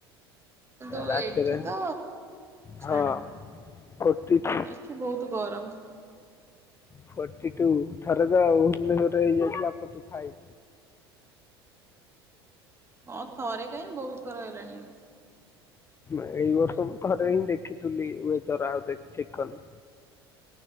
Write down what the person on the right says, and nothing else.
କିନ୍ତୁ
ଏଠି ତ,
ଛାଡ
ସେ ବହୁତ୍ ଗରମ।
ହଁ ଥରେ କାଇଁ, ବହୁତ୍ ଥର ହେଲାଣି।